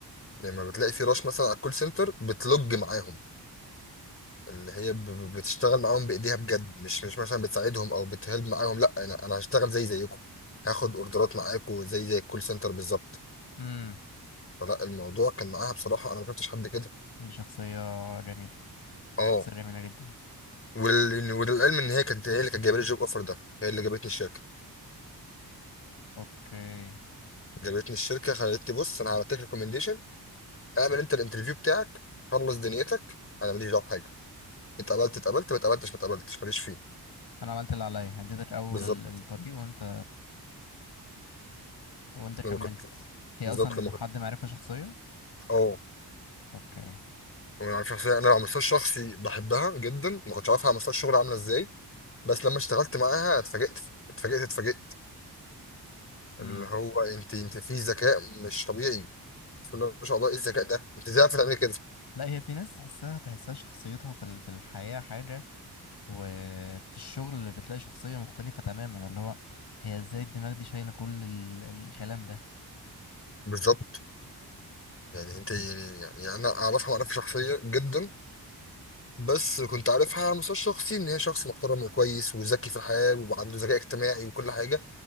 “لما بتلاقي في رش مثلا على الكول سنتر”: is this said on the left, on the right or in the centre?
Left